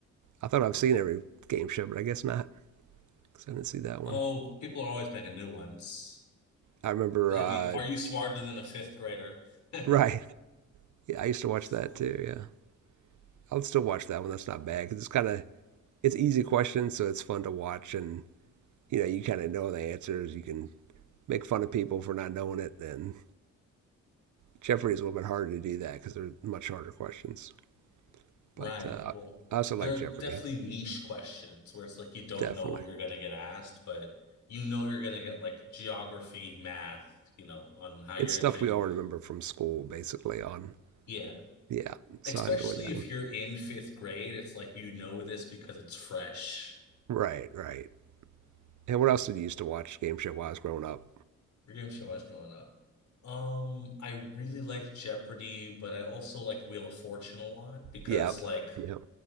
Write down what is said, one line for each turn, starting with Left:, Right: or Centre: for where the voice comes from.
Right: I thought I've seen every game show, but I guess not because I didn't see that one.
Left: Oh, people are always making new ones.
Right: I remember,
Left: I
Right: uh,
Left: mean, are you smarter than a fifth grader? <laughs>
Right: <laughs> right? Yeah, I used to watch
Left: So,
Right: that too. Yeah, I'll still watch that one. That's not bad because it's kind of it's easy questions, so it's fun to watch, and you know you kind of know the answers. You can make fun of people for not knowing it. And Jeopardy is a little bit harder to do that because they're much harder questions.
Left: right.
Right: But uh,
Left: Well,
Right: I also
Left: there
Right: like
Left: are
Right: Jeopardy,
Left: definitely niche questions where it's like you don't
Right: definitely.
Left: know what you're going to get asked, but you know you're going to get like geography, math, you know, on how you're
Right: It's
Left: going
Right: stuff
Left: to train.
Right: we all remember from school, basically. On
Left: Yeah.
Right: yeah, so
Left: Especially
Right: I enjoy that
Left: if
Right: one.
Left: you're in fifth grade, it's like you know this because it's fresh.
Right: Right, right. And what else did you used to watch game show wise growing up?
Left: We're going to show I was growing up. Um, I really like Jeopardy, but I also like Wheel of Fortune a lot because
Right: Yep.
Left: it's like
Right: Yep.